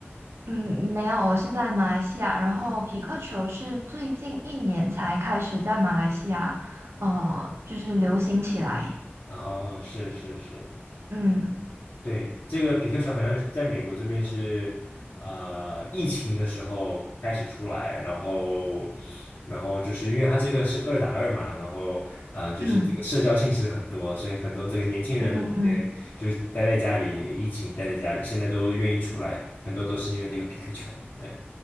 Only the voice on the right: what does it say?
嗯，没有，我是在马来西亚，然后匹克球是最近一年才开始在马来西亚呃，就是流行起来。
嗯
嗯
嗯嗯